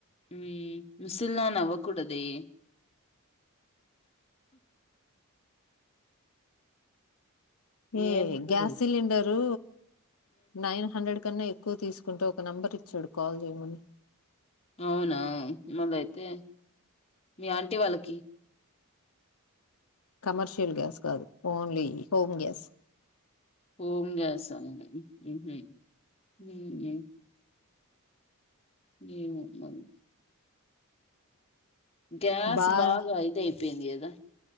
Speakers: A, on the left; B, on the left.
A: హుమ్ ముసల్దనవ్వకూడదే అహూ
B: ఈ
A: ఏం మ్మ్
B: గ్యాస్ సిలిండరు నైన్ హండ్రెడ్ కన్నా ఎక్కువ తీస్ కుంటు ఒక నెంబర్ ఇచ్చాడు కాల్ చేయమని
A: అవునా మళ్ళైతే మీ ఆంటీ వాళ్ళకియ్
B: కమర్షల్ గ్యాస్ కాదు only home gas
A: home gas అండి మ్ హు హుమ్ ఏమొ మరి గ్యాస్
B: బార్
A: బాగా ఇదైపోయింది కదా